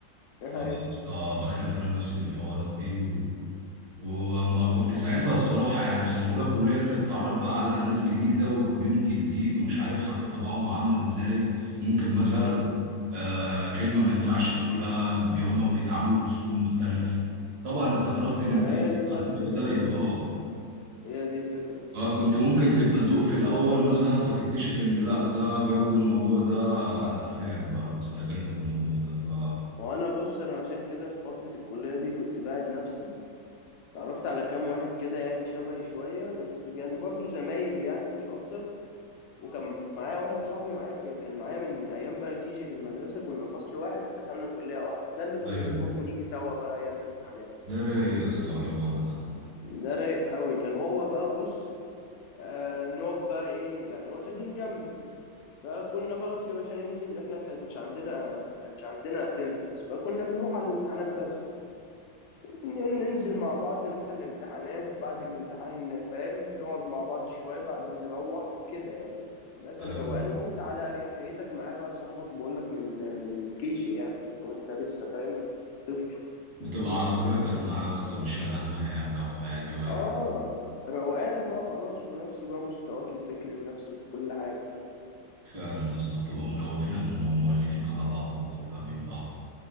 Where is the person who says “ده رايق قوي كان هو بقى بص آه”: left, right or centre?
Left